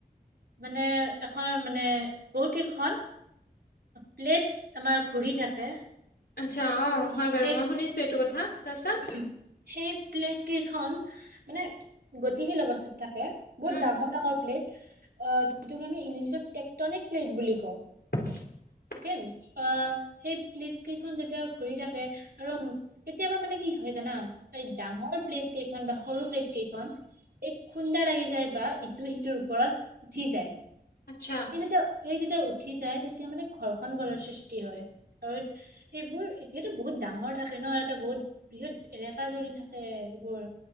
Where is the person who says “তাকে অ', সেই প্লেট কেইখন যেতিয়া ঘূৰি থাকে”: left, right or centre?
Right